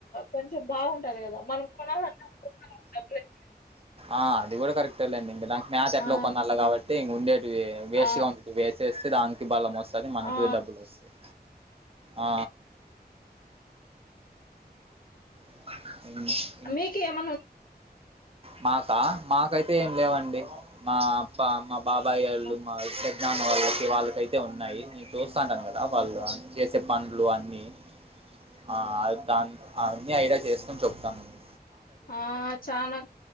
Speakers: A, on the left; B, on the right.
A: కొంచెం బాగుంటది కదా మనం కొనలన్న కొంటానే <unintelligible> డబ్బులయి
B: ఆ అది కూడ కరెక్టేలేండి ఇంగ దా మ్యాథ ఎట్లో
A: ఆ
B: కొనల్ల కాబట్టి ఇంగ ఉండేటివి వేస్ట్గా
A: ఆ
B: ఉండేటివి వేసేస్తే దాని కి బలం వస్తది. మనకి
A: ఆ
B: డబ్బులు వస్తాయి. ఆ మ్
A: మీక్ ఏమన్నా
B: మాకా మాకైతే ఏం లేవండి మా అప్ప మా బాబాయోళ్ళు
A: ఉన్నాయా
B: మా ఇ పెద్ నాన్న వాళ్ళకి వాళ్ళకైతే ఉన్నాయి నీ చూస్తాంటాను కదా వాళ్ళు అన్ చేసే పనులు అన్నీ హా కా ఆ అన్నీ ఐడియా చేసుకని చెప్తానండి
A: ఆ చానా